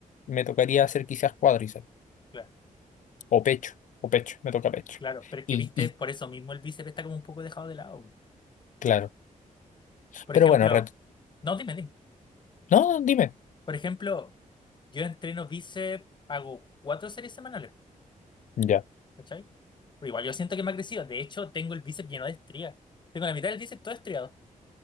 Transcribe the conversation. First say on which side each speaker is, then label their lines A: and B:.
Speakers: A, on the left; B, on the left.
A: me tocaría hacer quizás cuádriceps
B: claro,
A: o pecho, o pecho, me toca pecho.
B: claro. Pero es que,
A: Y,
B: viste,
A: y
B: por eso mismo el bíceps está como un poco dejado de lado. pues.
A: claro.
B: Por
A: Pero
B: ejemplo,
A: bueno, ret-
B: no, dime, dime.
A: no, dime.
B: Por ejemplo, yo entreno bíceps, hago cuatro series semanales,
A: Ya.
B: ¿cachai? Pero igual yo siento que me ha crecido. De hecho, tengo el bíceps lleno de estrías. Tengo la mitad del bíceps todo estriado.